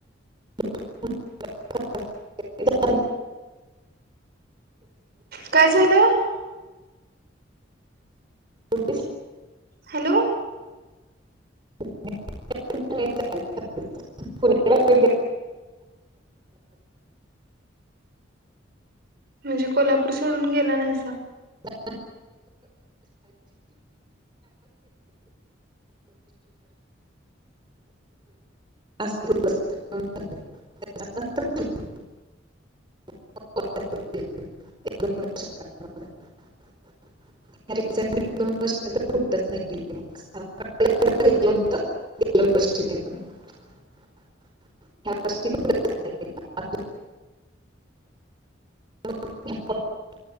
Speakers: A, on the right; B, on the right.
A: <unintelligible>
B: काय झालं?
A: ओे <unintelligible>
B: हॅलो?
A: <unintelligible> पुणे <unintelligible>
B: म्हणजे कोल्हापूर सोडून गेला नाहीसा.
A: <inaudible> हो. अस <unintelligible> एक <unintelligible> हो नाही <unintelligible> घेतल होत <inaudible> ते पण. कॅ <unintelligible> हो <unintelligible>